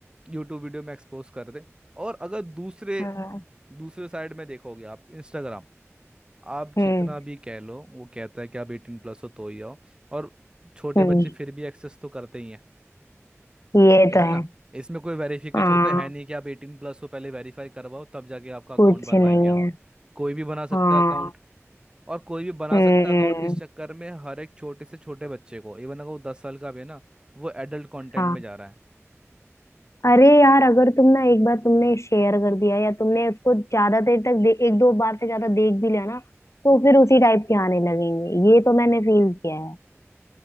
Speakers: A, on the right; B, on the left.
A: यूट्यूब वीडियो में एक्सपोज कर दे और अगर दूसरे
B: हाँ
A: दूसरे साइड में देखोगे आप इंस्टाग्राम आप
B: हम्म
A: जितना भी कह लो वो कहता है कि आप एटीन प्लस हो तो ही आओ और छोटे
B: हम्म
A: बच्चे फिर भी एक्सेस तो करते ही
B: ये
A: ऐसे
B: तो
A: ना
B: है
A: इसमें कोई वेरिफिकेशन
B: हाँ
A: तो है नहीं कि आप एटीन प्लस हो पहले वेरीफाई करवाओ तब जाके आपका अकाउंट
B: कुछ
A: बनवाएंगे
B: नहीं
A: हम
B: है
A: कोई भी बना सकता
B: हाँ
A: है अकाउंट और कोई भी बना
B: हम्म
A: सकता है अकाउंट इस चक्कर में हर एक छोटे से छोटे बच्चे को इवन अगर वो दस साल का भी है ना वो एडल्ट कंटेंट
B: हाँ
A: में जा रहा है
B: अरे यार अगर तुम ना एक बार तुमने शेयर कर दिया या तुमने उसको ज्यादा देर तक दे, एक दो बार से ज्यादा देख भी लिया ना तो फिर उसी टाइप के आने लगेंगे ये तो मैंने फील किया है